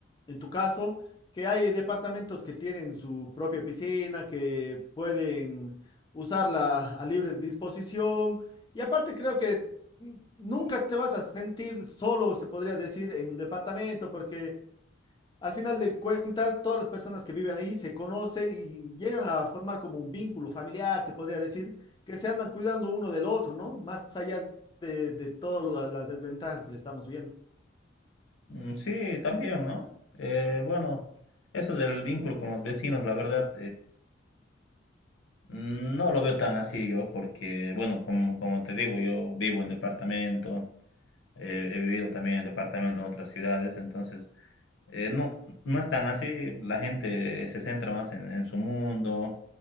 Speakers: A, on the left; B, on the left.
A: en tu caso, que hay departamentos que tienen su propia piscina, que pueden usarla a libre disposición. Y aparte creo que mm, nunca te vas a sentir solo, se podría decir, en un departamento, porque al final de cuentas, todas las personas que viven ahí se conocen y llegan a formar como un vínculo familiar, se podría decir, que se andan cuidando uno del otro, ¿no? Más allá de, de todas las desventajas que le estamos viendo.
B: Mm, Sí, también, ¿no? Eh, bueno, eso del vínculo con los vecinos, la verdad, Mm, No lo veo tan así yo, porque, bueno, como, como te digo, yo vivo en departamento, eh, he vivido también en departamento en otras ciudades, entonces eh, no, no es tan así, la gente se centra más en, en su mundo,